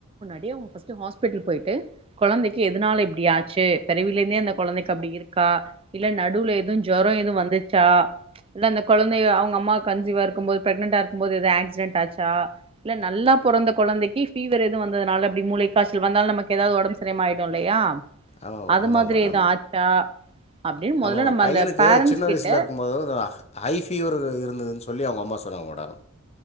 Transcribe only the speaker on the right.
<unintelligible> ஃபர்ஸ்ட் டு ஹாஸ்பிட்டல் போயிட்டு கொழந்தைக்கி எதனால இப்படியாச்சு கருவில்லே கொழந்தைக்கு அப்டி இருக் கா இல்ல நடுவுல எதும் ஜொரம் எதும் வந்துச் ச்சா இல்ல அந்த கொழந்தைய அவங்க அம்மா கன்சிவா இருக்குபோது ப்ரெக்னன்டா இருக்குபோது எத ஆக்சிடென்ட் ஆச்சா இல்ல நல்லா பொறந்த கொழந்தைக்கி பீவர் எது வந்ததுனால அப்டி மூளைக்காசல் வந்தாலும் நமக்கு ஏதாது உடம்ப செரியாம ஆகிடும் இல்லையா
அது
மாதிரி
ஆச்சா அப்டின்னு
மொதல்ல
நம்ம
அந்த பேரண்ட்ஸ்
கிட்ட